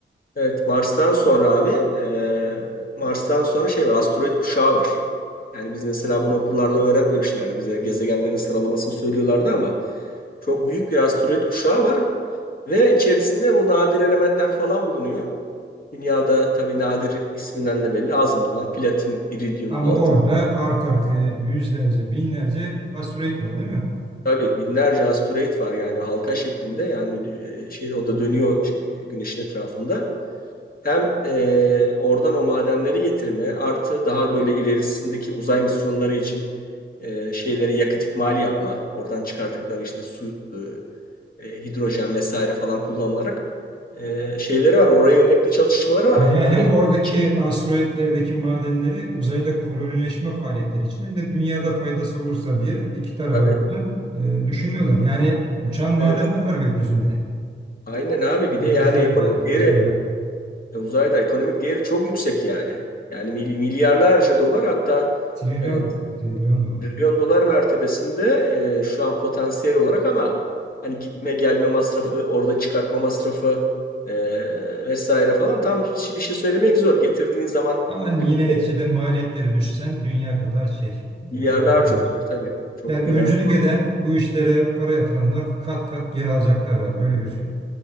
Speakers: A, on the left; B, on the right.
A: Evet. Mars'tan sonra abi e, Mars'tan sonra şey var. Asteroid kuşağı var. Yani biz mesela bunu okullarda öğretmemişlerdi. Bize gezegenlerin sıralamasını söylüyorlardı ama Çok büyük bir asteroid kuşağı var ve içerisinde bu nadir elementler falan bulunuyor. Dünyada tabii nadir isminden de belli az bulunan platin, iridyum,
B: Ama
A: altın.
B: orada arka arkaya yüzlerce binlerce asteroit var değil mi?
A: Tabii binlerce asteroid var yani halka şeklinde yani e, şeyde o da dönüyor çünkü güneşin etrafında. Hem e, oradan o madenleri getirme artı daha böyle ilerisindeki uzay misyonları için e, şeyleri yakıt ikmali yapma. Oradan çıkardıkları işte su, e, e, hidrojen vesaire falan kullanılarak e, şeyleri var. Oraya yönelik çalışmaları var.
B: He- Hem
A: Amerika'da
B: oradaki
A: şey,
B: asteroitlerdeki madenleri uzayda kolonileşme faaliyetleri için hem de dünyada faydası olursa diye iki tarafa
A: tabii.
B: birden e, düşünüyorlar. Yani uçan madenler
A: Evet.
B: var gökyüzünde.
A: Aynen abi. Bir
B: Gökyüzünde
A: de yani ekonomik
B: değil daha doğrusu
A: değeri
B: uzayda.
A: e, uzayda ekonomik değeri çok yüksek yani. Yani mil- milyarlarca dolar hatta
B: Trilyon
A: e,
B: dolar, trilyon dolar.
A: Milyon dolar mertebesinde e, şu an potansiyel olarak ama hani gitme gelme masrafı, orada çıkartma masrafı e, vesaire falan tam hiç- bir şey söylemek zor. Getirdiğiniz zaman
B: Ama yine
A: e, bu
B: neticede maliyetleri düşsen dünya kadar şey. e,
A: milyarlarca
B: para kalır.
A: dolar tabii. Çok
B: Yani öncülük
A: inanılmaz.
B: eden bu işlere para yatıranlar kat kat geri alacaklar abi öyle gözüküyor.